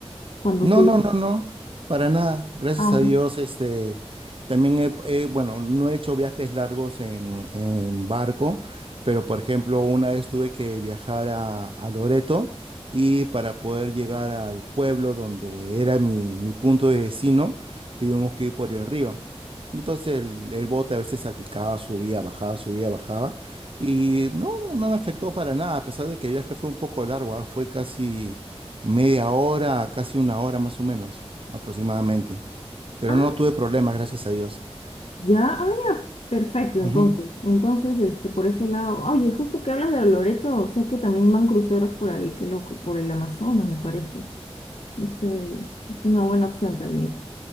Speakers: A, on the left; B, on the right.
A: cuando
B: No,
A: subes?
B: no, no, no, para nada. Gracias
A: Ajá.
B: a Dios, este, también he, he- bueno, no he hecho viajes largos en, en barco, pero por ejemplo, una vez tuve que viajar a, a Loreto y para poder llegar al pueblo donde era mi, mi punto de destino, tuvimos que ir por el río. Entonces el, el bote a veces salpicaba, subía, bajaba, subía, bajaba. Y no, no, no me afectó para nada, a pesar de que el viaje fue un poco largo, ah, Fue casi media hora, casi una hora más o menos, aproximadamente. Pero
A: Ah,
B: no tuve problemas, gracias a Dios.
A: ya, ah, ya, perfecto,
B: Ujú.
A: entonces. Entonces, este, por ese lado, oye, justo que hablas de Loreto, sé que también van cruceros por ahí, qué loco, por el Amazonas, me parece. Este es es una buena opción también.